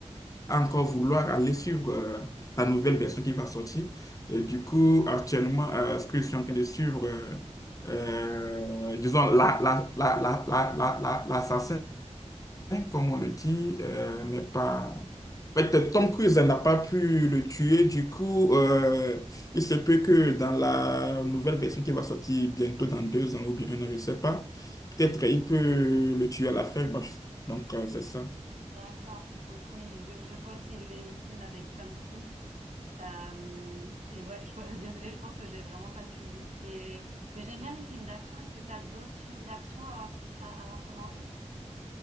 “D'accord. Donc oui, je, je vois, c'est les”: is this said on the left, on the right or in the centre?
Right